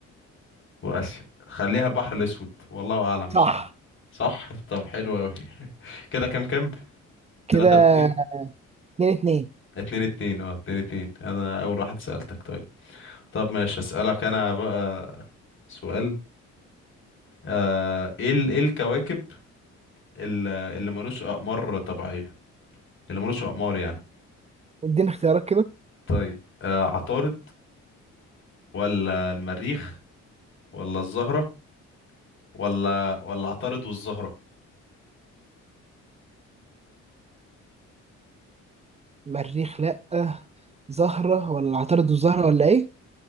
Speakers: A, on the left; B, on the right.
A: واسيا خليها البحر الاسود والله اعلم مش
B: صح
A: عارف صح طب حلو قوي <laughs> كده كام كام 3
B: كده
A: 2
B: اتنين اتنين
A: 2 2 اه 2 2 انا اول واحد سألتك طيب طب ماشي اسألك انا بقى سؤال آه ايه ال- ايه الكواكب ال- اللي ملوش اقمار طبيعية اللي ملوش اقمار يعني
B: اديني اختيارات كده
A: طيب آه عطارد ولا المريخ ولا الزهرة ولا ولا عطارد والزهرة
B: مريخ لا زهرة ولا عطارد والزهرة ولا ايه